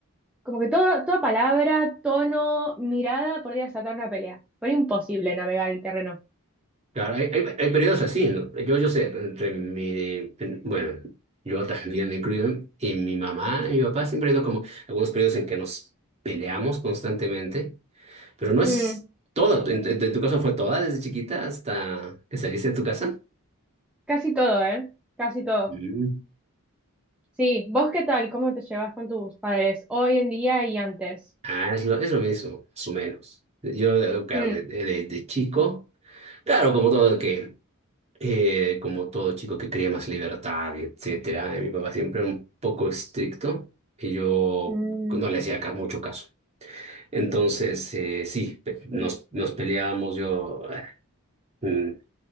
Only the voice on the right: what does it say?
Claro, hay, hay- hay periodos así, ¿no? Yo, yo sé, entre mi, bueno, yo también me incluyo, y mi mamá y mi papá siempre han ido como algunos periodos en que nos peleamos constantemente. Pero no es
toda ¿En, en- en tu caso fue toda desde chiquita hasta que saliste de tu casa?
Mm.
Ah, es lo, es lo mismo, más o menos. Yo, eh, claro,
de, de, de- de chico, claro, como todo que, eh, como todo chico que quería más libertad y etcétera, eh, mi papá siempre era un poco estricto y yo
no le hacía ca- mucho caso. Entonces, eh, sí, pe- nos,
nos peleábamos, yo eh, mm,